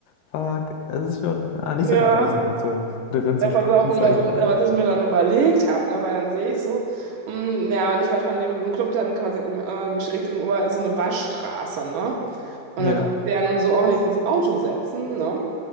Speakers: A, on the left; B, on the right.
A: fuck, es ist schon ah, nicht
B: Ja,
A: so eine geile Situation, drin zu
B: ja, pass
A: stecken,
B: auf, und
A: sag
B: was,
A: ich
B: mit,
A: mal.
B: was ich mir dann überlegt habe, ne? Weil dann sehe ich so, mm, ja, nicht weit von dem so einem Club dann quasi äh, schräg gegenüber ist so eine Waschstraße, ne? Und
A: Ja,
B: da kannst du ja nun so auch nicht ins Auto setzen, ne?